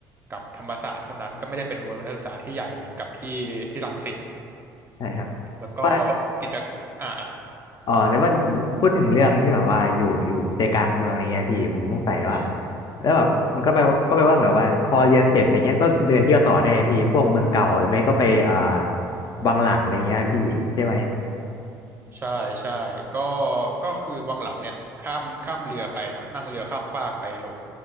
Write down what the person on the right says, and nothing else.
กับธรรมศาสตร์เท่านั้นก็ไม่ได้เป็นเวิร์กนักศึกษาที่ใหญ่เหมือนกับที่ที่รังสิต
แล้วก็
กิจอ่ะอ่ะ
อืม
ใช่ใช่ก็ก็คือวังหลังเนี่ยข้ามข้ามเรือไปเนาะนั่งเรือข้ามฟากไปลง